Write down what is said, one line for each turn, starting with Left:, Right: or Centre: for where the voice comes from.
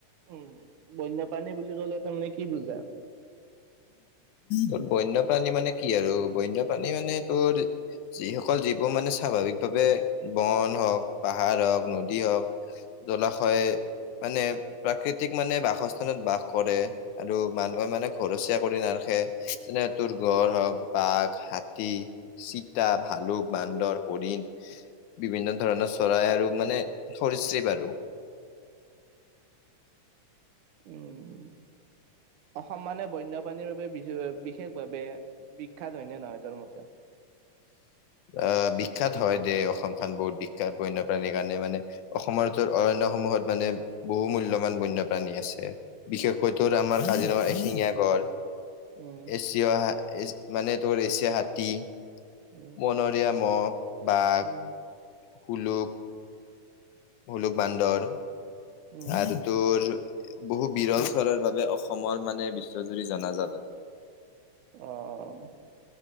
Right: উম, বন্যপাণী বুলি ক'লে তাৰমানে কি বুজা?
Left: তোৰ বন্যপ্ৰাণী মানে কি আৰু বন্যপ্ৰাণী মানে তোৰ যিসকল যীবোৰ মানে স্বাভাৱিকভাৱে বন হওক, পাহাৰ হওক, নদী হওক জলাশয় মানে প্ৰাকৃতিক মানে বাসস্থানত বাস কৰে আৰু মানুহে মানে ঘৰচীয়া কৰি নাৰাখে যেনে তোৰ গড় হওক, বাঘ, হাতী চিতা, ভালুক, বান্দৰ, হৰিণ বিভিন্ন ধৰণৰ চৰাই আৰু মানে সৰিশৃপ আৰু।
Right: উম। অসম মানে বন্যপ্ৰাণীৰ বাবে বিশেষভাৱে বিখ্যাত হয়নে নহয়? তোৰ মতে। <inaudible>
Left: অ, বীক্ষাত হয় দেই অসমখন বহুত বিখ্যাত বন্যপ্ৰাণীৰ কাৰণে মানে। অসমৰ অৰন্য সমূহত মানে বহু মূল্যবান বন্যপ্ৰাণী আছে। বিশেষকৈ তোৰ
Right: উম,
Left: আমাৰ কাজিৰঙা এশিঙীয়া গড়
Right: উম,
Left: এতিয়া মানে তোৰ এছিয়া হাতী
Right: উম,
Left: বনৰীয়া মহ, বাঘ,
Right: উম,
Left: সোলোক হোলুক বান্দৰ
Right: উম,
Left: আৰু তোৰ বহু বিৰল চৰাইৰ বাবে অসমৰ মানে বিশ্বজুৰি জনাজাত আৰু।
Right: অ'।